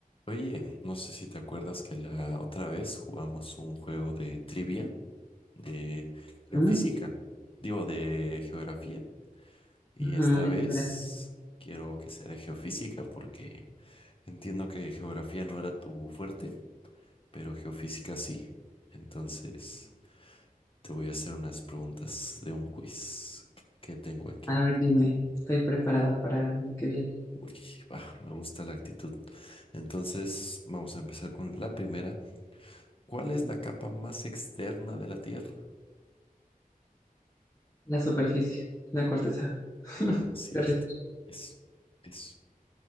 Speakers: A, on the left; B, on the left.
A: Oye, no sé si te acuerdas que la otra vez jugamos un juego de trivia de geofísica,
B: Ujú,
A: digo, de geografía. Y
B: ujú,
A: esta
B: desgracia.
A: vez quiero que sea de geofísica porque entiendo que geografía no era tu fuerte, pero geofísica sí. Entonces, te voy a hacer unas preguntas de un quiz que tengo aquí.
B: A ver, dime, estoy preparada para lo que viene.
A: Uy, va, me gusta la actitud. Entonces, vamos a empezar con la primera ¿Cuál es la capa más externa de la Tierra?
B: La superficie, la corteza <laughs>
A: Ah, sí,
B: terrestre.
A: esta. Eso, eso.